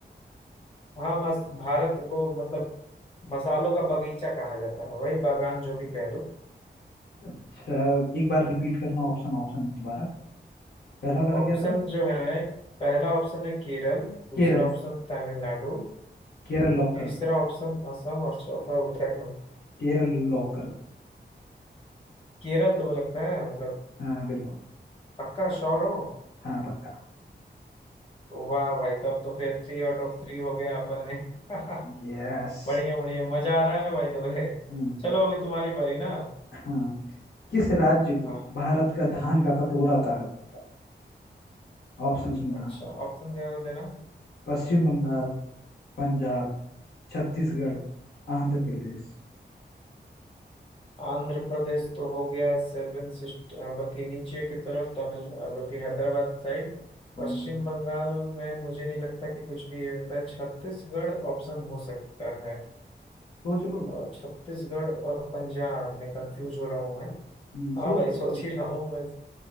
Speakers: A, on the left; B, on the left.
A: वहाँ मस भारत को मतलब मसालों का बगीचा कहा जाता है वही बागान जो भी कह दो
B: अच्छा, एक बार रिपीट करना ऑप्शन ऑप्शन दोबारा पहला वाला
A: ऑप्शन
B: क्या था
A: जो है पहला ऑप्शन है केरल
B: केरल
A: दूसरा ऑप्शन तमिलनाडु
B: केरल लॉक
A: तीसरा
B: कर दो
A: ऑप्शन असम और चौथा उत्तराखंड
B: केरल लॉक कर दो
A: केरल तुम्हें लगता है मतलब
B: हाँ बिल्कुल
A: पक्का श्योर हो
B: हाँ पक्का
A: वाह भाई तब तो फिर थ्री आउट ऑफ थ्री हो गया अपन ने <laughs>
B: यस
A: बढ़िया बढ़िया मजा आ रहा है भाई दो है
B: हम्म
A: चलो अभी तुम्हारी बारी ना
B: हाँ किस राज्य को
A: हाँ
B: भारत का धान का कटोरा कहा जाता है ऑप्शन सुनना
A: अच्छा ऑप्शन दे देना
B: पश्चिम बंगाल पंजाब छत्तीसगढ़ आंध्र प्रदेश
A: आंध्र प्रदेश तो हो गया सेवन सिस्ट बल्कि नीचे की तरफ तमिल अ, बल्कि हैदराबाद साइड
B: हम्म,
A: पश्चिम बंगाल में मुझे नहीं लगता कि कुछ भी ये होता है छत्तीसगढ़ ऑप्शन हो सकता है
B: सोच लो
A: और छत्तीसगढ़ और पंजाब में कंफ्यूज हो रहा हूँ मैं
B: हम्म,
A: हाँ
B: सोच
A: भाई
B: लो
A: सोच
B: सोच लो
A: ही रहा हूँ मैं।